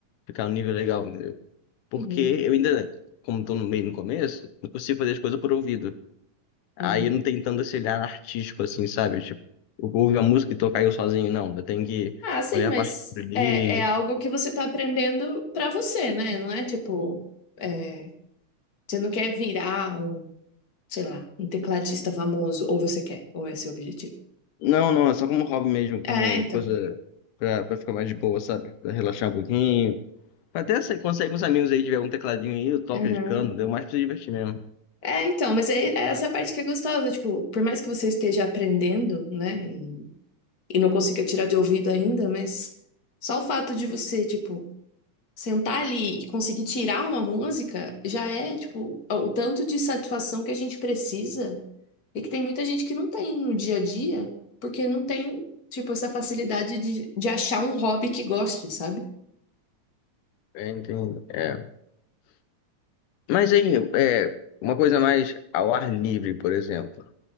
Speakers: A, on the left; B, on the left.
A: ficar no nível legal, entendeu? Porque
B: uhum,
A: eu ainda, como tô no meio no começo, não consigo fazer as coisas por ouvido. Aí
B: uhum.
A: eu não tenho tanto esse olhar artístico assim, sabe? Tipo, eu vou ouvir a música e tocar eu sozinho, não. Eu tenho que
B: Ah, sim,
A: olhar
B: mas
A: a partitura ali,
B: é, é algo que você tá aprendendo pra você, né? Não é tipo, é, você não quer virar um, sei lá, um tecladista famoso, ou você quer, ou é seu objetivo.
A: Não, não, é só como hobby mesmo,
B: É,
A: como
B: então.
A: coisa pra, pra ficar mais de boa, sabe? Pra relaxar um pouquinho. Até se consegue com os amigos aí, tiver um tecladinho aí, eu toco
B: Uhum.
A: de canto, deu mais pra se divertir mesmo.
B: É, então, mas é, é essa parte que é gostosa, tipo, por mais que você esteja aprendendo, né, e, e não consiga tirar de ouvido ainda, mas só o fato de você, tipo, sentar ali e conseguir tirar uma música já é, tipo, o tanto de satisfação que a gente precisa e que tem muita gente que não tem no dia a dia, porque não tem, tipo, essa facilidade de, de achar um hobby que goste, sabe?
A: É, entendo. É. Mas aí, é, uma coisa mais ao ar livre, por exemplo.